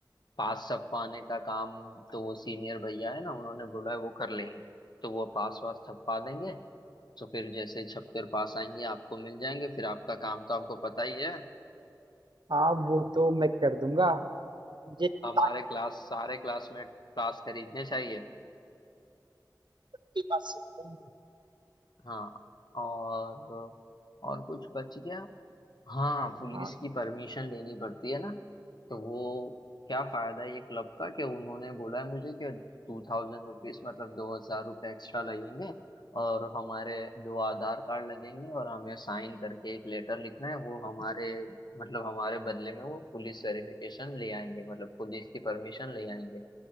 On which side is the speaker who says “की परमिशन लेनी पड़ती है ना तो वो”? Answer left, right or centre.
Left